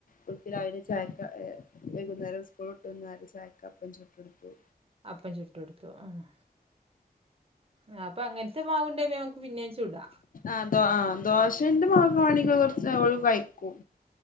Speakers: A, on the left (about 60°); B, on the right (about 35°).
A: കുട്ടി രാവിലെ ചായക്ക ഹേ വൈകുന്നേരം സ്കൂള്ട്ട്ന്നാല് ചായക്കപ്പച്ചുട്ടൊട്ത്തു.
B: അപ്പം ചുട്ടൊട്ത്തു ആഹ് ആഹ് അപ്പൊ അങ്ങൻത്തെ മാവുണ്ടെ പിന്നേംമക്ക് പിന്നേ ചുടാ
A: ആഹ് ദോ ആഹ് ദോശന്റെ മാവാണെങ്കി ഓള് കൊറ് ഓള് കൈക്കും.